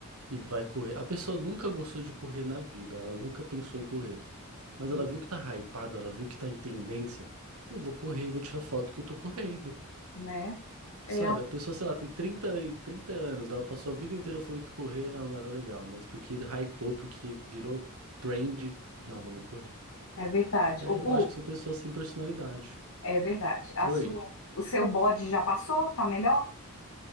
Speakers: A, on the right; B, on the left.
A: e vai correr. A pessoa nunca gostou de correr na vida, ela nunca pensou em correr. Mas
B: e,
A: ela viu que tá hypado, ela viu que tá em tendência. Eu vou correr e vou tirar foto que eu tô correndo.
B: né? É,
A: Sabe,
B: a-
A: a pessoa, sei lá, tem trinta e- 30 anos, ela passou a vida inteira falando que correr não, não era legal, mas porque hypou, porque virou trend, não, vamos correr.
B: é verdade.
A: Aí
B: Ô, Bu,
A: eu acho que são pessoas sem personalidade.
B: é verdade. A
A: Oi,
B: sua, o seu bode já passou? Tá melhor?